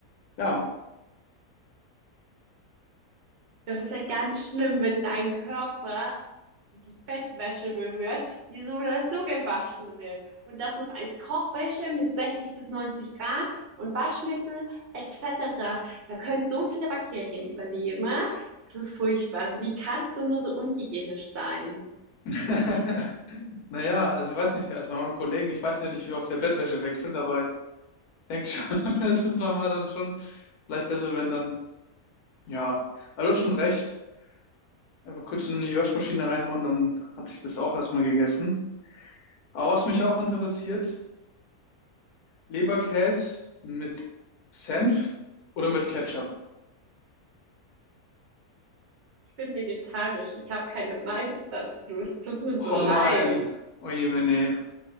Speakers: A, on the left; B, on the right.
A: ja.
B: Das ist ja ganz schlimm, wenn dein Körper die Bettwäsche berührt, die so oder so gewaschen wird. Und das noch als Kochwäsche mit 60 bis 90 Grad und Waschmittel etc. Da können so viele Bakterien überleben. Das ist furchtbar. Also wie kannst du nur so unhygienisch sein?
A: <laughs> Naja, also ich weiß nicht, also bei meinem Kollegen, ich weiß ja nicht, wie oft der Bettwäsche wechselt, aber ich denke schon, <laughs> das ist manchmal dann schon vielleicht besser, wenn dann, ja, aber du hast schon recht. Einfach kurz in die Waschmaschine reinhauen, dann hat sich das auch erstmal gegessen. Aber was mich auch interessiert, Leberkäse mit Senf oder mit Ketchup?
B: Ich bin vegetarisch. Ich habe keine Meinung dazu. Es tut mir
A: Oh
B: so leid.
A: nein, oh je, jemine.